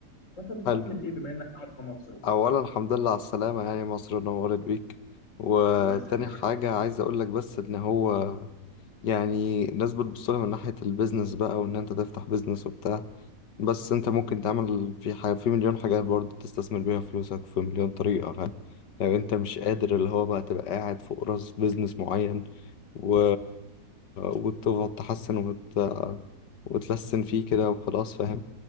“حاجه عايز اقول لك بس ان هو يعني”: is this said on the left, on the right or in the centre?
Left